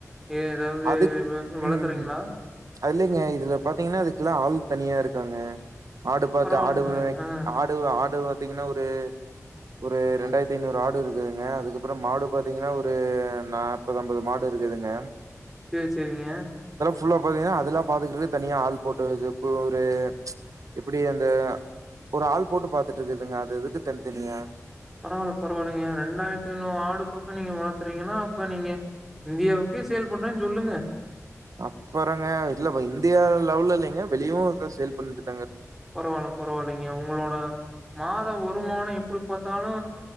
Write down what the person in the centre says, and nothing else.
எ ஏதாவது
வ வளர்க்குறீங்களா?
பரவால்லைங்களே.
ஆ
செரி செரிங்க
பரவால்ல பரவால்லைங்க ரெண்டாயிரத்தி ஐநூறு ஆடு பக்கம் நீங்க வளர்த்துறீங்கன்னா அப்ப நீங்க இந்தியாவுக்கே சேல்ஸ் பண்றேன்னு சொல்லுங்க
பரவால பரவால்லைங்க உங்களோட மாத வருமானம் எப்படி பார்த்தாலு